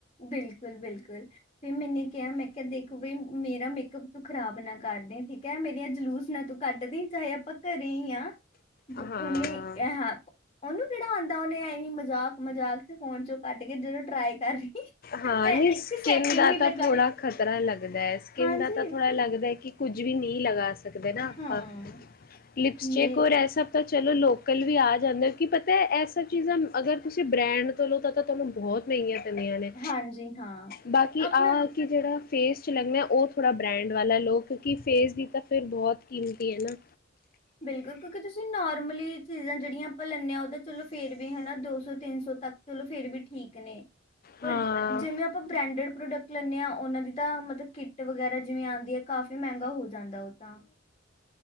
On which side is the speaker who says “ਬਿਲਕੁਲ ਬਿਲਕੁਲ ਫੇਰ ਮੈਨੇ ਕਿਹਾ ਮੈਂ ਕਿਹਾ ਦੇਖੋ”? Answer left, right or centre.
Left